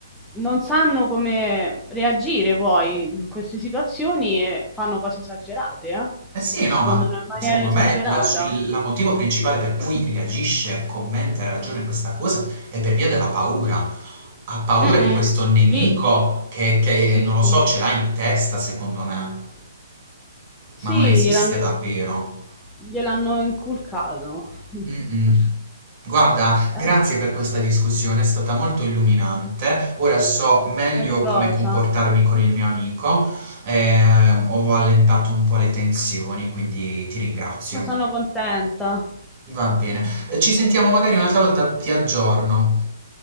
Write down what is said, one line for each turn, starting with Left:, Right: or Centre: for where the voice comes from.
Centre: non sanno come reagire poi in queste situazioni e fanno cose esagerate, eh.
Right: Eh sì,
Centre: Rispondono
Right: no, ma
Centre: in maniera
Right: secondo
Centre: esagerata.
Right: me la- il la motivo principale per cui reagisce, commenta e ragiona in questa cosa è per via della paura. Ha paura
Centre: Mm-mm.
Right: di questo nemico
Centre: Sì,
Right: che, che,
Centre: sì,
Right: non lo
Centre: sì.
Right: so, ce l'ha in testa, secondo me,
Centre: Sì,
Right: ma non esiste
Centre: gliel'hanno
Right: davvero.
Centre: gliel'hanno inculcato. <laughs>
Right: Mm-mm. Guarda, grazie
Centre: Eh.
Right: per questa discussione, è stata molto illuminante. Ora so meglio
Centre: Ma di cosa?
Right: come comportarmi con il mio amico. eh, ho allentato un po' le tensioni, quindi ti ringrazio.
Centre: Ma sono contenta.
Right: Va bene. Eh, Ci sentiamo magari un'altra volta, ti aggiorno.